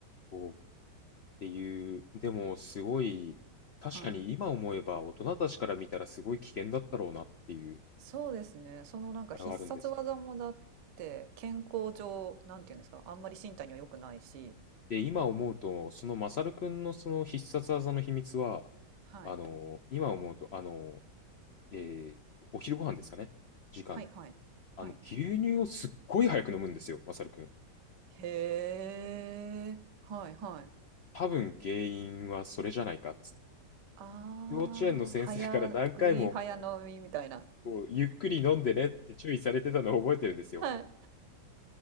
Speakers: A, on the left (about 80°); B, on the right (about 75°).
A: こうっていう、でもすごい、確かに今思えば大人たちから見たらすごい危険だったろうなっていう、
B: はい。そうですね。そのなんか必殺技もだって健康上、
A: あれはあるんですけど
B: なんていうんですか、あんまり身体には良くないし、
A: で、今思うと、そのマサルくんのその必殺技の秘密は、
B: はい。
A: あの、今思うと、あの、えーお昼ご飯ですかね、時間に。
B: はいはい。はい。
A: あの、牛乳をすっごい早く飲むんですよ、マサルくん。
B: へえ。はいはい。
A: 多分原因はそれじゃないかっつって。
B: ああ、
A: 幼稚園の先生から何回も
B: 早食い早飲みみたいな。
A: こうゆっくり飲んでねって注意されてたのを覚えてるんですよ。
B: はい。